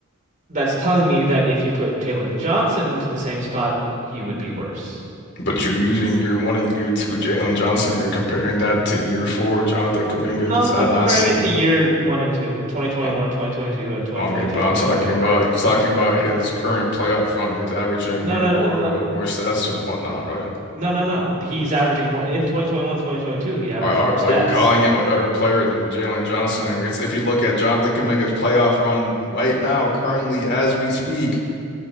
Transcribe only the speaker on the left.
But you're using year one and year two Jalen Johnson, and you're comparing that to year four Jonathan Kuminga.
Does that
not
seem?
uh,
I
mean,
but I'm
talking
about you're talking about his current playoff run. He's averaging
way
more
uh, more stats and whatnot, right?
All right, all
right,
well, you're calling him a better player than Jalen Johnson, and it's- if you look at Jonathan Kuminga's playoff run right now, currently as we speak,